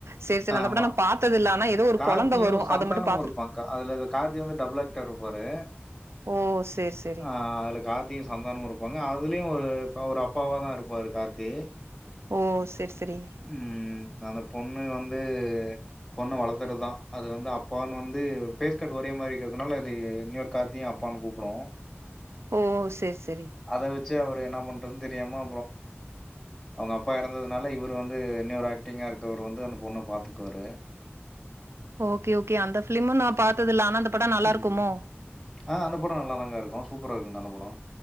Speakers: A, on the right; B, on the left.
A: செரி செரி
B: ஆமா
A: அந்தபடோ நா பாத்தது இல்ல ஆனா ஏதோ ஒரு
B: கார்த்தியு
A: கொழந்த வரோ
B: சந்தானமு
A: அத மட்டு பாத்துருக்
B: இருப்பாங்க்கா அதுல இந்த கார்த்தி வந்து டபுள் ஆக்டர் இருப்பாரு
A: ஓ சேரி சேரி
B: அ அதுல கார்த் தியு சந்தானமு இருப்பாங்க அதுலயு ஒரு ஒரு அப்பாவா தா இருப்பாரு கார்த்தி
A: ஓ செரி செரி
B: ம் அந்த பொண்ணு வந்து பொண்ணு வளத்துதுதா அது வந்து அப்பானு வந்து ஃபேஸ் கட் ஒரே மாரி இருக்கறதுனால அது இன்னியோரு கார்த்தியு அப்பானு கூப்புடோ
A: ஓ செரி செரி
B: அத வெச்சு அவரு என்ன பண்றதுன்னு தெரியாம அவுங்க அப்பா எறந்ததுனால இவரு வந்து இன்னியோரு ஆக்டிங்கா இருக்கறவரு வந்து அந்த பொண்ண பாத்துக்குவாறு
A: ஓகே ஓகே அந்த ஃபிலிம நா பாத்ததில்ல ஆனா அந்த படோ நல்லா
B: ம்.
A: இருக்குமோ
B: ஆ அந்த படோ நல்லாதாங்க இருக்கோ சூப்பரா இருக்கோங்கா அந்த படோ